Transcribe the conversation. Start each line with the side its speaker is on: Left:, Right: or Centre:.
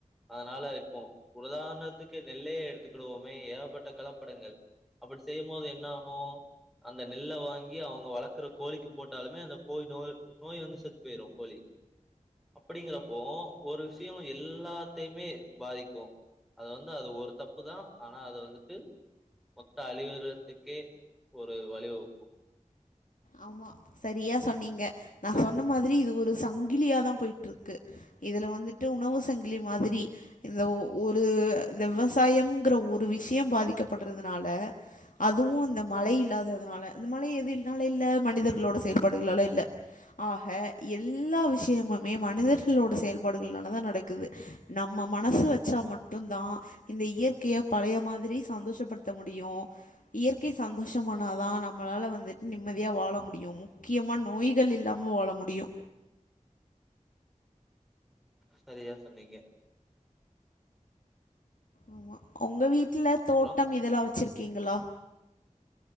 Centre: அதனால இப்போ உலதாணத்துக்கு நெல்லையே எடுத்துக்கிடுவோமே ஏகப்பட்ட கலப்படங்கள் அப்புடி செய்யம்போது என்ன ஆகு அந்த நெல்ல வாங்கி அவங்க வளக்குற கோழிக்கு போட்டாலுமே அந்த கோயி நோய் நோய் வந்து செத்து போயிரு கோழி அப்புடிங்கறப்போ ஒரு விஷ்யோ எல்லாத்தையுமே பாதிக்கு அது வந்து அது ஒரு தப்பு தா ஆனா அத வந்துட்டு மொத்த அழிவுறத்துக்கே ஒரு வழிவகுக்கு
Left: ஆமா சரியா சொன்னீங்க நா சொன்ன மாதிரி இது ஒரு சங்கிலியாதாம் போயிட்ருக்கு இதுல வந்துட்டு உணவு சங்கிலி மாதிரி இந்த ஒரு இந்த விவசாயம்ங்குற ஒரு விஷ்யம் பாதிக்கப்படுறதுனால அதுவுமஅந்த மழை இல்லாததுனால அந்த மழை எதுல்னால இல்ல மனிதர்களோட செயல்பாடுகளால இல்ல ஆஹ எல்லா விஷ்யமுமே மனிதர்களோட செயல்பாடுகள்னாலதா நடக்குது நம்ம மனசு வச்சா மட்டுந்தா இந்த இயற்கைய பழைய மாதிரி சந்தோஷப்படுத்த முடியு இயற்கை சந்தோஷமானாதா நம்மளால வந்துட்டு நிம் ம்மதியா வாழ முடியு முக்கியமா நோய்கள் இல்லாம வாழ முடியு
Centre: சரியா சொன்னீங்க
Left: ஆமா உங்க வீட்டுல தோட்டம்
Centre: அப்றோ
Left: இதெல்லா வச்சிருக்கீங்களா